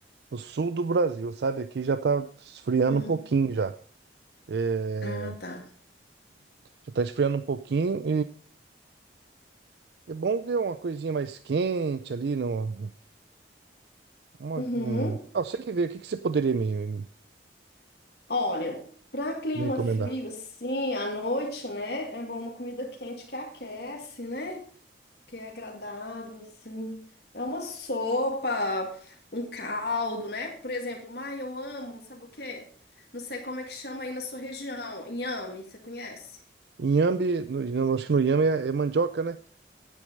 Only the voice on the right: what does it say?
no sul do Brasil, sabe? Aqui já tá esfriando
um pouquinho já. É,
já tá esfriando um pouquinho É bom ver uma coisinha mais quente ali no. Uma,
um... Ah, você que vê, o que que você poderia me, me-
me recomendar?
Inhame, no, não, acho que no inhame é, é mandioca, né?